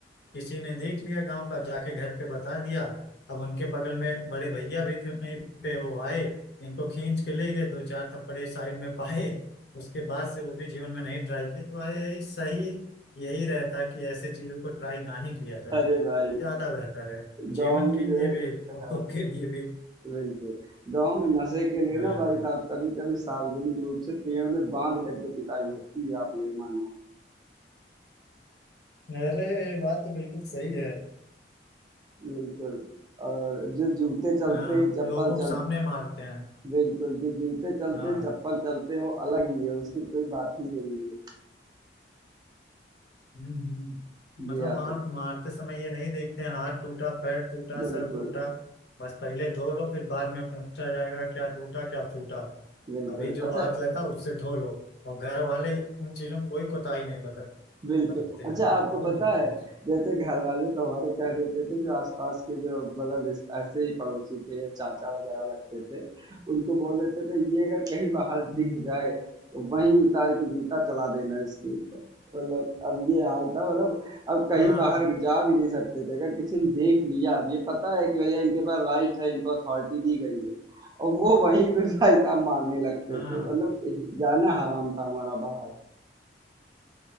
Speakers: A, on the left; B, on the right.
A: किसी ने देख लिया गांव का जाके घर पे बता दिया अब उनके बगल में बड़े भैया भी थे वहीं पे वो आए इनको खींच के ले गए दो चार थप्पड़े साइड में पाए उसके बाद से वो भी जीवन में नहीं ट्राई किए तो यही सही यही रहता है कि ऐसे चीजों को ट्राई ना ही किया जाए
B: अरे भाई
A: ज्यादा बेहतर है जीवन
B: गांव में
A: के
B: जो
A: लिए
B: है
A: भी और
B: हाँ
A: खुद के लिए भी
B: बिल्कुल। गाँव में नशे के लिए
A: हाँ
B: ना भाई साहब कभी-कभी सार्वजनिक रूप से पेड़ में बाँध करके पिटाई होती है, आप ये मानो।
A: अरे ये बात तो बिल्कुल सही है
B: बिल्कुल और जो जूते चलते,
A: हाँ
B: चप्पल
A: लोगों
B: चल
A: के सामने मारते हैं
B: बिल्कुल, जो जूते चलते,
A: हाँ
B: चप्पल चलते वो अलग ही है, उसकी कोई बात ही नहीं है।
A: हम्म, हम्म। मतलब
B: ये आपसे
A: वहां मारते समय ये नहीं देखते हैं हाथ टूटा पैर टूटा
B: बिल्कुल,
A: सर टूटा बस पहले धो लो फिर बाद में पूछा जाएगा क्या टूटा क्या फूटा
B: बिल्कुल।
A: अभी जो
B: अच्छा
A: हाथ लगा उससे धो लो और घर वाले उन चीजों में कोई कोताही नहीं बरत
B: बिल्कुल।
A: बरतते हैं
B: अच्छा
A: हाँ
B: आपको
A: बहुत
B: पता
A: धोते
B: है,
A: हैं
B: जैसे घरवाले तो हमारे कह देते थे जो आस-पास के जो मतलब रिस ऐसे ही पड़ोसी थे या चाचा वगैरह लगते थे, उनको बोल देते थे ये अगर कहीं बाहर
A: हम्म,
B: दिख जाए, तो वहीं उतार के जूता चला देना इसके ऊपर। मतलब अब ये हाल था मतलब अब कहीं
A: हाँ
B: बाहर जा भी नहीं सकते थे। अगर किसी ने देख लिया, अब ये पता है कि भैया इनके पास राइट है, इनको अथॉरिटी दी गई है और वो वहीं पे <laughs> भाई साहब मारने लगते
A: हाँ
B: थे। मतलब जाना हराम था हमारा बाहर।